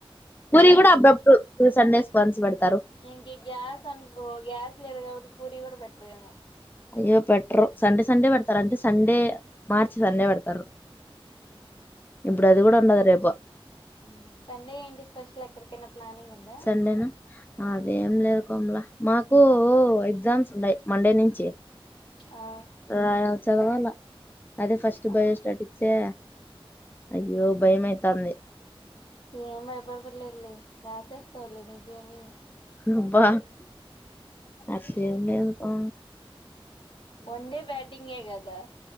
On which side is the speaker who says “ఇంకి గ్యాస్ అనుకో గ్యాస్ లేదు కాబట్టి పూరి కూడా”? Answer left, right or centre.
Left